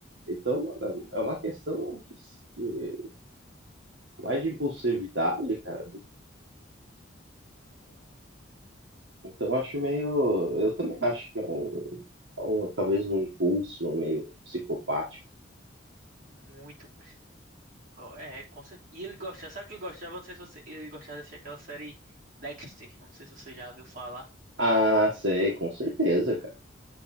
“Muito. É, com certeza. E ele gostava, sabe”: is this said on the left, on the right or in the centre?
Right